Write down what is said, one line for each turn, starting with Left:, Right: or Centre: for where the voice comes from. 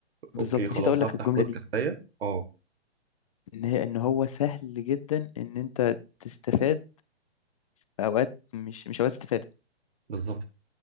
Left: بالظبط
Right: أوكي خلاص
Left: نسيت أقول لك
Right: هفتح
Left: الجملة
Right: بودكاستاية
Left: دي
Right: أه
Left: إن هي إن هو سهل جدا إن أنت تستفاد في أوقات مش مش أوقات استفادة
Right: بالظبط